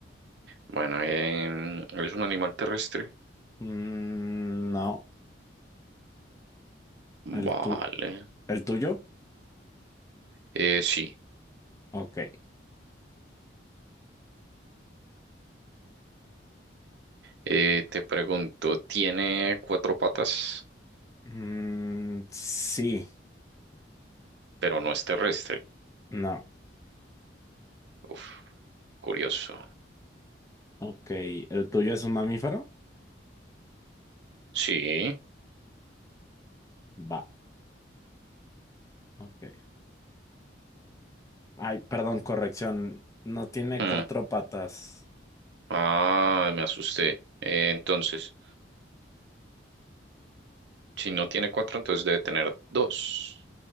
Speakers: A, on the right (about 65°); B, on the left (about 15°).
A: Bueno, em, ¿es un animal terrestre?
B: Mm, no. ¿El
A: Vale.
B: tu el tuyo?
A: Eh, sí.
B: Ok.
A: Eh, te pregunto, ¿tiene cuatro patas?
B: Mm, sí.
A: Pero no es terrestre.
B: No.
A: Uf, curioso.
B: Ok. ¿El tuyo es un mamífero?
A: Sí.
B: Va. Ok. Ay, perdón, corrección. No tiene
A: Hmm.
B: cuatro patas.
A: Ah, me asusté. Eh, entonces, si no tiene cuatro, entonces debe tener dos.